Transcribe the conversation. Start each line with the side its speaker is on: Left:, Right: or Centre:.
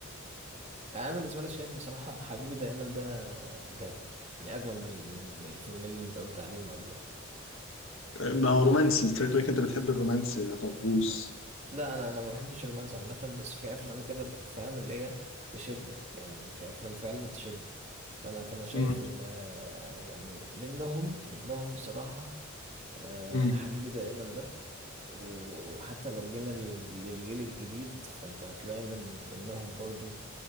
Right: يعني أنا بالنسبة لي شايف بصراحة حبيبي دايما ده جامد يعني أجمد من ال- من من الفيلمين اللي أنت قلت عليهم قبلهم
Left: ما هو رومانسي انت شكلك لك انت بتحب الرومانسي يا طلبوس
Right: لا أنا أنا ما بحبش الرومانس عامة بس في أفلام كده ب- فاهم اللي هي تشدك يعني في أفلام فعلا تشدك فأنا فأنا شايف
Left: امم
Right: إن آه، يعني منهم منهم بصراحة آه،
Left: امم
Right: حبيبي دايما ده وحتى لو جينا لل- للجيل الجديد فأنت هتلاقي إن من منهم برضو